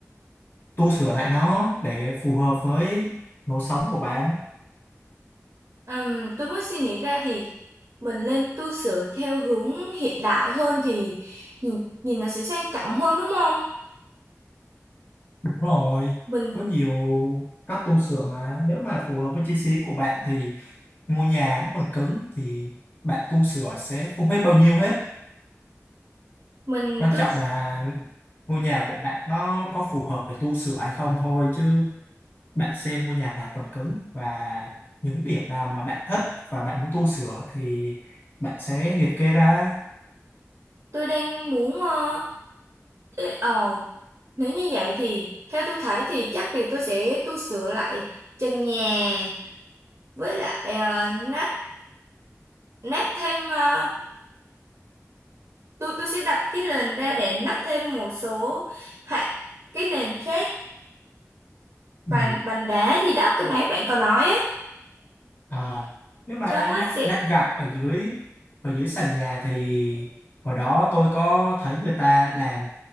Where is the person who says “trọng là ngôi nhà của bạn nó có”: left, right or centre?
Left